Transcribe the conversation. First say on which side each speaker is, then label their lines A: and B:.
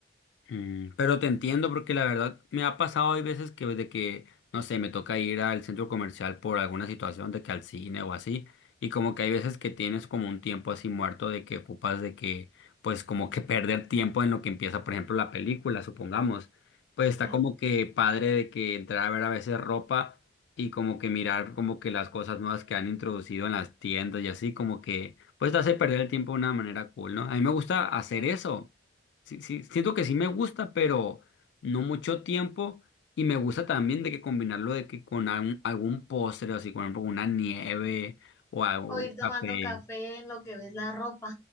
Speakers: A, on the left; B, on the left.
A: Mm, pero te entiendo porque la verdad me ha pasado hay veces que de que, no sé, me toca ir al centro comercial por alguna situación de que al cine o así, y como que hay veces que tienes como un tiempo así muerto de que ocupas de que, pues como que <laughs> perder tiempo en lo que empieza, por ejemplo, la película, supongamos, pues está
B: eh,
A: como que padre de que entrar a ver a veces ropa y como que mirar como que las cosas nuevas que han introducido en las tiendas y así, como que, pues te hace perder el tiempo de una manera cool, ¿no? A mí me gusta hacer eso. Sí, sí, siento que sí me gusta, pero no mucho tiempo. Y me gusta también de que combinarlo de que con algún, algún postre, así, por ejemplo, una nieve o algo-
B: O
A: un
B: ir
A: café.
B: tomando café en lo que ves la ropa.